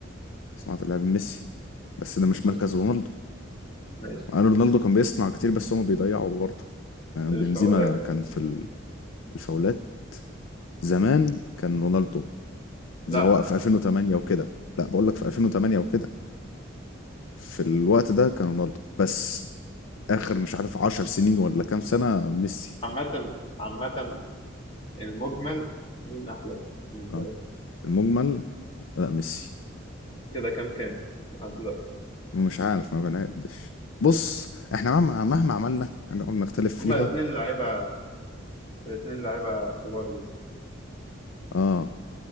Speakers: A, on the left; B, on the left.
A: صناعة اللعب ميسي بس ده مش
B: بس
A: مركز رونالدو
B: ماشي
A: مع ان رونالدو كان بيصنع كتير بس هما بيضيعوا برضه يعني
B: الفاولات
A: بنزيما كان في ال- الفاولات زمان كان رونالدو
B: لا
A: زي هو في 2008 وكده لا بقول لك في 2008 وكده في الوقت ده كان رونالدو بس اخر مش عارف 10 سنين ولا كام سنة ميسي
B: عامة عامة المجمل مين أحلى بالنسبة
A: اه
B: لك
A: المجمل لا ميسي
B: كده كام كام لحد دلوقتي
A: مش عارف ما بنعدش بص احنا مهما مهما عملنا هنقعد نختلف فيها
B: هما الاتنين لعيبة الاتنين لعيبة كبار جدا
A: اه